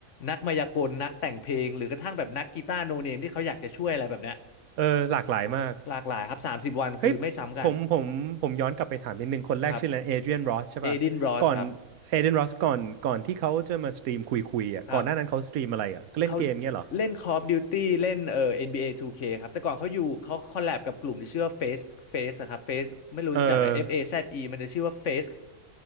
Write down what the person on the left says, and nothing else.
นักมายากลนักแต่งเพลงหรือกระทั่งแบบนักกีตาร์โนเนมที่เขาอยากจะช่วยอะไรแบบเนี้ย
หลากหลายครับสามสิบวันคือไม่ซ้ำกัน
ครับเอดินบรอสครับ
ครับ เขาเล่น Call of Duty เล่นเอ่อ NBA 2K คครับแต่ก่อนเขาอยู่เขาคอลแลบกับกลุ่มที่ชื่อว่า Face Face อะครับ Face ไม่รู้รู้จักไหม
F A Z E มันจะชื่อว่า Face